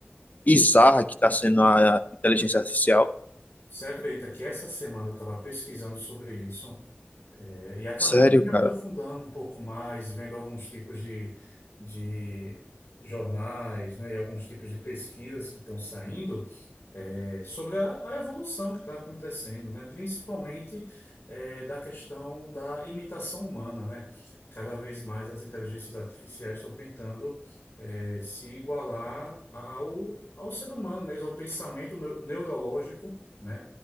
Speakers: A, on the left; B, on the left.
A: bizarra que está sendo a inteligência artificial?
B: Você acredita que essa semana eu estava pesquisando sobre isso, eh, e acabei
A: Sério,
B: aqui me
A: cara?
B: aprofundando um pouco mais, vendo alguns tipos de, de jornais, né, e alguns tipos de pesquisas que estão saindo. é, sobre a, a evolução que está acontecendo, né? Principalmente é, da questão da imitação humana, né? Cada vez mais as inteligências artificiais estão tentando é, se igualar ao, ao ser humano mesmo, ao pensamento neu- neurológico, né?